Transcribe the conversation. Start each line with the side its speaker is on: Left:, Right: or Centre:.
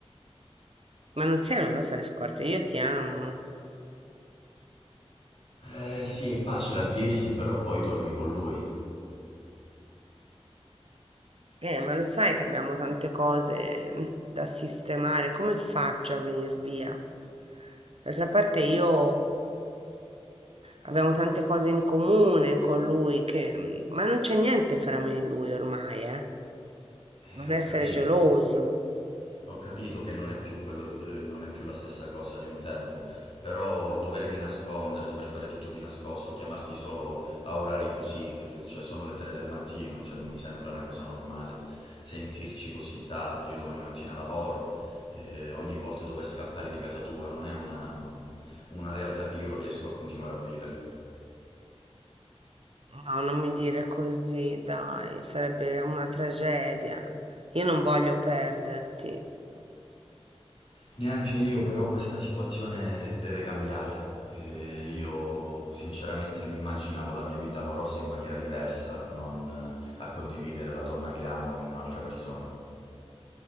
Right: Ma non sei una rosa di scorte, io ti amo.
Left: Eh sì, è facile a dirsi, però poi dormi con lui.
Right: Eh, ma lo sai che abbiamo tante cose mm, da sistemare. Come faccio a venire via? D'altra parte io abbiamo tante cose in comune con lui che... mm, Ma non c'è niente fra me e lui ormai, eh. Non
Left: Eh, ho
Right: essere
Left: capito.
Right: geloso.
Left: Ho capito che non è più quello, eh, non è più la stessa cosa di un tempo, però dovermi nascondere, dover fare tutto di nascosto, chiamarti solo a orari così, eh, cioè sono le 3 del mattino, cioè non mi sembra una cosa normale sentirci così tardi, io domani mattina lavoro, eh, ogni volta dover scappare di casa tua, non è una, una realtà che io riesco a continuare a vivere.
Right: No, non mi dire così, dai, sarebbe una tragedia. Io non voglio perderti.
Left: Neanche io, però questa situazione deve cambiare. Eh, io sinceramente mi immaginavo la mia vita amorosa in maniera diversa, non eh, a condividere la donna che amo con un'altra persona.